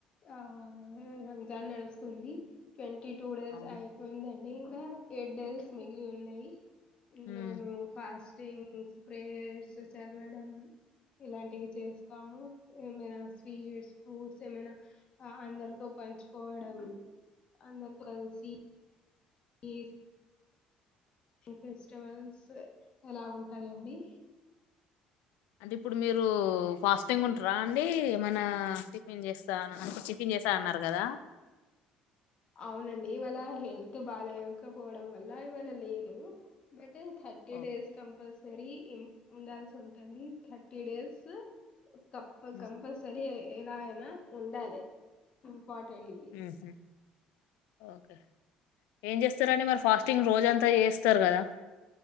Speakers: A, on the left (about 35°); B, on the left (about 85°).
A: ఆ రంజాన్ నడుస్తుంది ట్వంటీ టూ డేస్
B: అవును
A: అయిపోయింది అండి ఇ ఎడ్డల్స్ మిగిలి ఉన్నాయి ఇందులో
B: మ్మ్
A: మేము ఫాస్ట్ స్టింగ్స్ ప్రేయర్స్ చదవడం ఇలాంటివి చేస్తాము ఏమైనా స్వీట్స్ ఫ్రూట్స్ ఏమైనా అందరితో పంచుకోవడం అందరు కలిసి ఏ ఫెస్టివల్స్ ఎలా ఉంటాయండి
B: అంటే ఇప్పుడు మీరు ఫాస్టింగ్ ఉంట ట్రాండి ఏమైన్నా టిఫిన్ చేస్తా అ చిఫిన్ చేస్తా అన్నారు కదా
A: అవునండి ఇవాళ హెల్త్ బాగాకపోవడం వల్ల ఇవాళ లేను బట్ థర్టీ
B: ఓ-
A: డేస్ కంపల్స సరి ఉండాల్సి ఉంటుంది థర్టీ డేస్ కప్ప
B: మ్మ్
A: కంపల్సరి ఎలా అయినా ఉండాలి పాటటివి
B: మ్మ్. ఓకే ఏం చే చేస్తారండి మరి ఫాస్టింగ్ రోజంతా చేస్తరు కదా